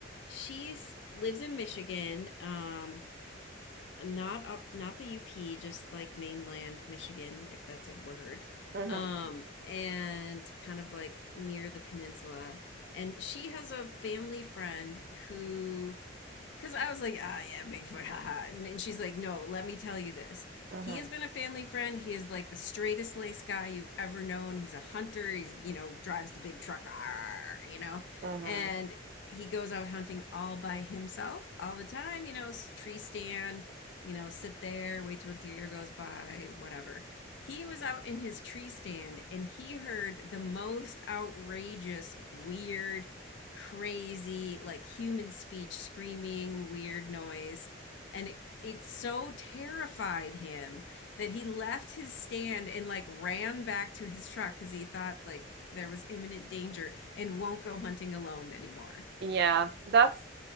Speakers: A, on the left; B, on the right.
A: she's lives in Michigan, um not up not the UP, just like mainland Michigan, if that's a word.
B: Mhm,
A: Um and kind of like near the peninsula. And she has a family friend who Because I was like, ah, yeah, Bigfoot, haha. And then she's like, no, let me tell you this.
B: mhm,
A: He has been a family friend. He is like the straightest lace guy you've ever known. He's a hunter. He's, you know, drives the big truck, "Arr," you know,
B: mhm.
A: and he goes out hunting all by himself all the time, you know, s- tree stand, you know, sit there, wait till a deer goes by, whatever. He was out in his tree stand and he heard the most outrageous, weird, crazy, like human speech, screaming, weird noise. And it, it so terrified him that he left his stand and like ran back to his truck because he thought like there was imminent danger and won't go hunting alone anymore.
B: Yeah, that's